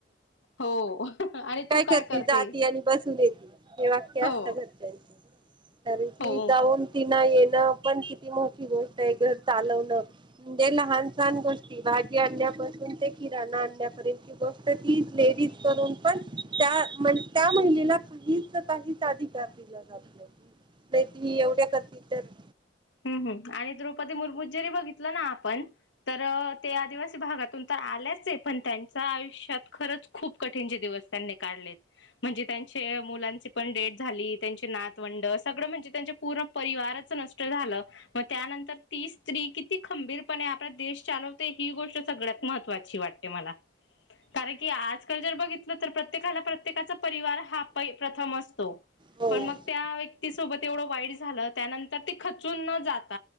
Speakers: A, on the left; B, on the right.
A: हो आणि
B: काय
A: तू
B: करती
A: करते
B: जाती आणि बसून येते हे वाक्य
A: हो
B: असत घरच्यांचे. कारण की
A: हो
B: जाऊन ती <unintelligible> पण किती मोठी गोष्ट आहे घर चालवणं. जे लहान सहान गोष्टी भाजी आणण्यापासून ते किराणा आणण्यापर्यंतची गोष्ट ती लेडीज - करून पण त्या त्या महिलेला काहीच काहीच अधिकार दिला जात नाही. नाही ती एवढ्या करते तरं.
A: ह् ह आणि द्रौपदी मुर्मू जरी बघितलं ना आपण तर ते आदिवासी भागातून. आल्याचं आहे पण त्यांच्या आयुष्यात खूप कठीणचे दिवस त्यांनी काढले आहेत. म्हणजे त्यांच्या- मुलांची पण डेथ झाली. त्यांची नातवंड सगळं म्हणजे त्यांच्या पूर्ण परिवारचं - झालं मगं त्यानंतर ती स्त्री किती खंबीरपणे आपला देश चालवते ही गोष्ट सगळ्यात. महत्वाची वाटते मला कारण की आज काल जर बघितलं तर प्रत्येकाला प्रत्येकाचा- परिवार हा प प्रथम असतो.
B: हो
A: पण मग त्या- ती सोबत एवढं वाईट झालं त्यानंतर ती- खचून न जात